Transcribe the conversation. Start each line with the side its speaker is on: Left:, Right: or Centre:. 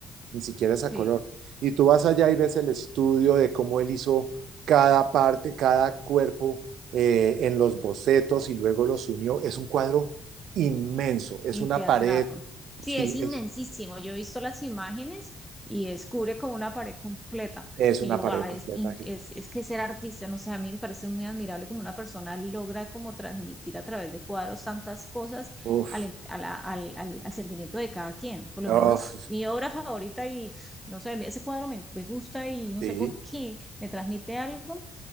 Right: ni siquiera es
Centre: Sí.
Right: a color. Y tú vas allá y ves el estudio de cómo él hizo cada parte, cada cuerpo eh, en los bocetos y luego los unió. Es un cuadro inmenso, es
Centre: Y
Right: una
Centre: te atrapa.
Right: pared,
Centre: Sí,
Right: sí,
Centre: es inmensísimo.
Right: es,
Centre: Yo he visto las imágenes y es cubre como una pared completa.
Right: es una
Centre: Y yo,
Right: pared
Centre: wow,
Right: completa
Centre: es, in-
Right: gigante.
Centre: es, es que ser artista, no sé, a mí me parece muy admirable como una persona logra como transmitir a través de cuadros tantas cosas
Right: Uf,
Centre: al, en- a la- al, al, al sentimiento de cada quien. Por lo
Right: uf,
Centre: menos mi obra favorita y pf, no sé, ese cuadro me, me gusta y no
Right: sí.
Centre: sé por qué me transmite algo,